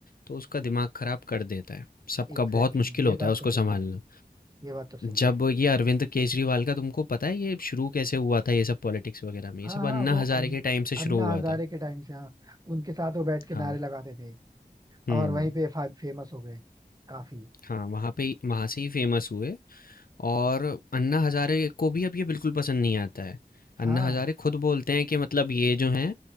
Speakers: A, on the left (about 60°); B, on the right (about 20°).
A: तो उसका दिमाग खराब कर देता है। सबका
B: एग्जैक्टली
A: बहुत मुश्किल
B: exactly, ये
A: होता
B: बात
A: है उसको
B: तो सही
A: सँभालना।
B: है ये बात तो सही
A: जब
B: है
A: ये अरविंद केजरीवाल का तुमको पता है ये शुरू कैसे हुआ था ये सब पॉलिटिक्स वगैरह में
B: हाँ
A: ये सब
B: हाँ
A: अन्ना
B: वो
A: हजारे
B: अन,
A: के टाइम से
B: अन्ना
A: शुरू हुआ
B: हजारे
A: था
B: के टाइम से हाँ उनके साथ वो बैठ के
A: हाँ
B: नारे लगाते थे
A: हम्म
B: और वहीं पे फेमस हो गए काफी
A: हाँ वहाँ पे वहाँ से ही फेमस हुए और अन्ना हजारे को भी अब ये बिल्कुल पसंद नहीं आता है
B: हाँ
A: अन्ना हजारे खुद बोलते हैं कि मतलब ये जो हैं